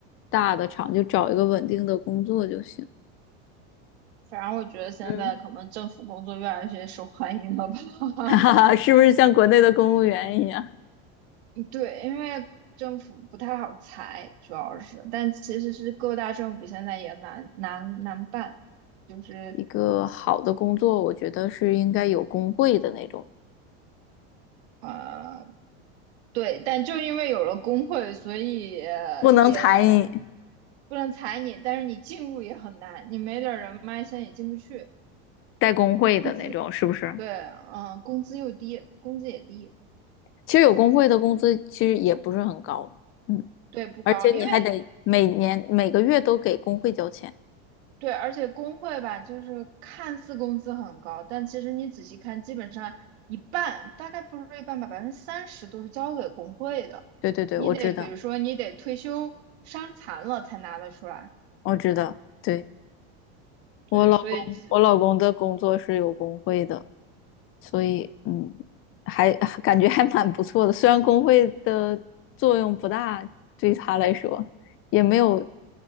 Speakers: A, on the left; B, on the right.
A: 大的厂，就找一个稳定的工作就行。
B: 反正我觉得现在可能政府工作越来越受欢迎了吧。
A: 嗯，
B: <laughs>
A: <laughs> 哈哈哈，是不是像国内的公务员一样？
B: 对，因为政府不太好裁，主要是，但其实是各大政府现在也难难难办，就是
A: 一个好的工作，我觉得是应该有工会的那种，
B: 呃，对，但就因为有了工会，所以呃也
A: 不能裁你，
B: 不能裁你，但是你进入也很难，你没点儿人脉，现在也进不去。
A: 带工会的那种，
B: 工资，
A: 是不是？
B: 对，嗯，工资又低，工资也低，
A: 其实有工会的工资其实也不是很高，嗯，
B: 对，不高，
A: 而且你还得每年每个月都给工会交钱。
B: 因为对，而且工会吧，就是看似工资很高，但其实你仔细看，基本上一半，大概不是一半吧，百分之三十都是交给工会的。
A: 对对对，
B: 你得比如说，
A: 我知道，
B: 你得退休伤残了才拿得出来。
A: 我知道，对，
B: 对，
A: 我老公，
B: 所以基
A: 我老公的工作是有工会的，所以嗯，还感觉还蛮不错的。虽然工会的作用不大，对他来说也没有，